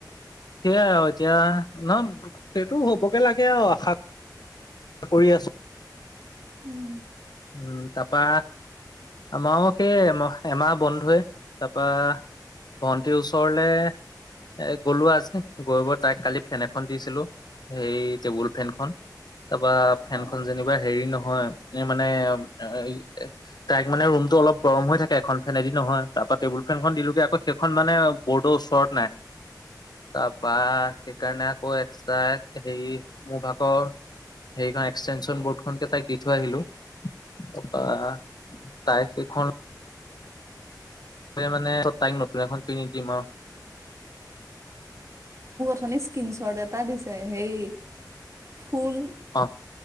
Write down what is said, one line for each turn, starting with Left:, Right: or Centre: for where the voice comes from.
Left: সেইয়াই আৰু এতিয়া নহ সেইটো হ'বগে লাগে আৰু আশা- কৰি আছো।
Right: উম
Left: উম তাৰপা আমাও সেই এমাহ বন্ধৱে তাৰপা ভন্টিৰ ওচৰলে এ গ'লো আজি গৈ তাইক কালি ফেন এখন দিছিলো সেই টেবুল ফেনখন তাৰপা ফেনখনন
Right: অ
Left: যেনিবা হেৰি নহয় এ মানে অ'- তাইক মানে ৰুমটো অলপ গৰম হৈ থাকে। এখন ফেনেদি নহয়। তাৰপৰা টেবুল ফেনখন দিলোঁগে। আকৌ সেইখন মানে বোৰ্ডৰ ওচৰত নাই। তাৰপা সেইকাৰণে আকৌ এক্সট্ৰা হেৰি মোৰ ভাগৰ সেইখন এক্সটেনশ্যন বৰ্ডখনকে তাইক দি থৈ আহিলোঁ। কপা তাই সেইখন মানে তাইক নতুন এখন কিনি দিম আৰু।
Right: নে স্ক্ৰীনশ্বট এটা দিছে হেই ফুল
Left: অ